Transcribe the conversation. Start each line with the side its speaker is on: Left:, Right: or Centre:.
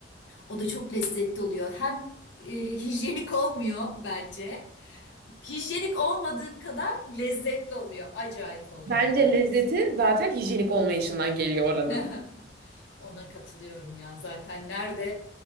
Left: O da çok lezzetli oluyor. Hem e, hijyenik olmuyor bence. Hijyenik olmadığı kadar lezzetli oluyor. Acayip oluyor
Right: Bence
Left: ya.
Right: lezzeti zaten hijyenik olmayışından geliyor oranın.
Left: <laughs> Ona katılıyorum ya. Zaten nerede